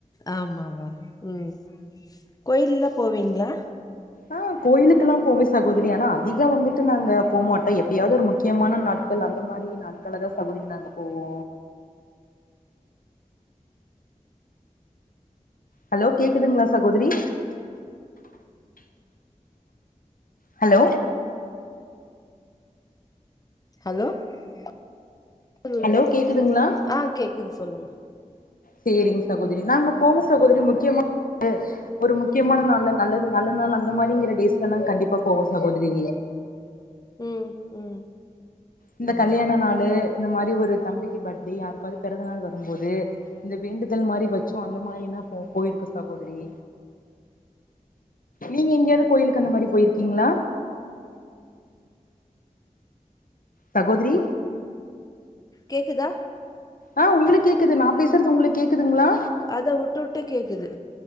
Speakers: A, on the left; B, on the left.
A: ஆமாவா ம் கோயில்லா போவீங்ளா
B: ஆ கோயிலுக்கெல்லா போவே சகோதரி ஆனா அதிகோ வந்துட்டு நாங்க போமாட்டோ எப்பயாவது ஒரு முக்கியமான நாட் கள் அந்த மாரி நாட்கள்லதா சகோதரி நாங்க போவோ ஹலோ கேக்குதுங்ளா சகோதரி ஹலோ
A: ஹலோ <unintelligible>
B: ஹலோ கேக்குதுங்களா
A: ஆ கேக்குது சொல்லுங்க
B: செரிங்க சகோதரி நாங்க போனோ சகோதரி முக்கியமானது ஒரு முக்கியமான
A: ம்
B: நாள்ல நல்லது நல்ல நாள் அந்த மாரிங்குற டேஸ்லலா கண்டிப்பா போவோ சகோதிரி
A: ம் ம்
B: இந்த
A: ம்
B: கல்யாண நாள் இந்த மாரி ஒரு தம்பிக்கு பர்டே யாருக்காவது பிறந்த நாள் வரும்போது இந்த வேண்டுதல் மாரி வெச்சோ அந்த மாரி நா போ போயிருக்கோ சகோதுரி நீங்க எங்கேயாவது கோயிலுக்கு அந்த மாரி போயிருக்கீங்களா சகோதிரி
A: கேக்குதா
B: ஆ உங்குளுக்கு கேக்குது நா பேசுறது உங்குளுக்கு கேக்குதுங்களா
A: அத்தா உட்டு உட்டு கேக்குது